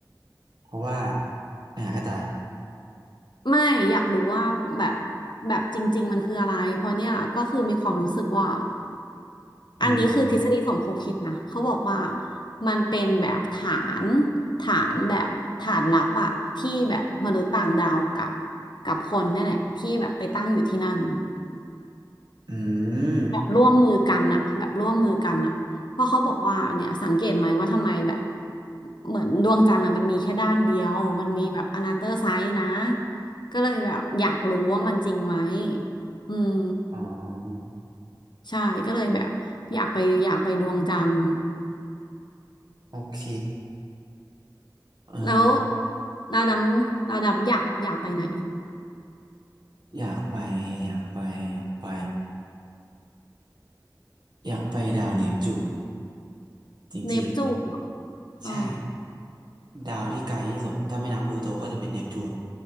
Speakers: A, on the right; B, on the left.
A: เพราะว่าไปหาก็ตาย
B: ไม่อยากรู้ว่าแบบแบบจริงๆมันคืออะไร เพราะเนี่ยก็คือมีความรู้สึกว่า
A: อืม
B: อันนี้คือทฤษฎีสมคบคิดนะเขาบอกว่ามันเป็นแบบฐานฐานแบบฐานลับอะที่แบบมนุษย์ต่างดาวกับกับคนเนี่ยแหละที่แบบไปตั้งอยู่ที่นั่น
A: อืม
B: แบบร่วมมือกันอะแบบร่วมมือกันอะเพราะเขาบอกว่าเนี่ยสังเกตไหมว่าทำไมแบบเหมือนดวงจันทร์อะมันมีแค่ด้านเดียวมันมีแบบอนาเตอร์ไซส์นะก็เลยแบบอยากรู้ว่ามันจริงไหมอืม
A: อ๋อ
B: ใช่ก็เลยแบบอยากไปอยากไปดวงจันทร์
A: โอเคเอ่อ
B: แล้วดาวดำดาวดำอยากอยากไปไหน
A: อยากไปอยากไปอยากไปอยากไปดาวเนปจูน จริง
B: เนปจูนเหรอ
A: ๆใช่
B: อ๋อ
A: ดาวที่ไกลที่สุดถ้าไม่นับพลูโตก็จะเป็นเนปจูน